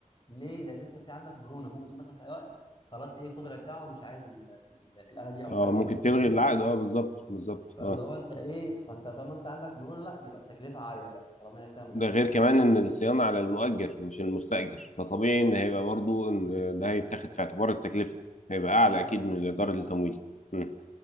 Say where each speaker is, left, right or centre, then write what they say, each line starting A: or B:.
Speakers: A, on the left (about 35°); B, on the left (about 65°).
A: ليه؟ لان انت في عندك مرونه ممكن مثلا في اي وقت خلاص ايه خد رجعه ومش عايز ال- ال- الاله دي او الحاجه
B: اه ممكن
A: دي
B: تلغي
A: فاهمني؟
B: العقد اه بالظبط بالظبط
A: فاللي
B: اه
A: هو انت ايه فانت طالما انت عندك مرونه لا يبقى التكلفه عاليه بقى طالما هي فيها مرونه
B: ده غير كمان ان الصيانه على المؤجر مش المستاجر فطبيعي ان هيبقى برضو ان ده هيتاخد في اعتبار التكلفه هيبقى اعلى
A: اه
B: اكيد من الايجار التمويل مم.